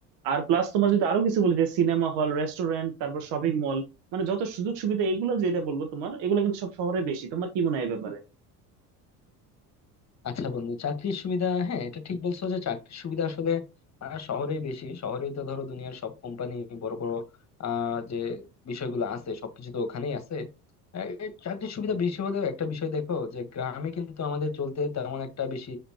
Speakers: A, on the right (about 60°); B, on the left (about 35°).
A: আর প্লাস তোমার যদি আরো কিছু বলি যে সিনেমা হল রেস্টুরেন্ট তারপর শপিং মল মানে যত সুযোগ সুবিধা এগুলো যেটা বলবো তোমার এগুলো কিন্তু সব শহরে বেশি তোমার কি মনে হয় এই ব্যাপারে
B: আচ্ছা বন্ধু চাকরির সুবিধা হ্যাঁ এটা ঠিক বলছো যে চাকরির সুবিধা আসলে আহ, শহরেই বেশি শহরেই তো ধরো দুনিয়ার সব কোম্পানি বড় বড় আহ, যে বিষয়গুলো আছে সবকিছু তো ওখানেই আছে আহ, এ চাকরির সুবিধা বেশি হলেও একটা বিষয় দেখো যে গ্রামে কিন্তু আমাদের চলতে তেমন একটা বেশি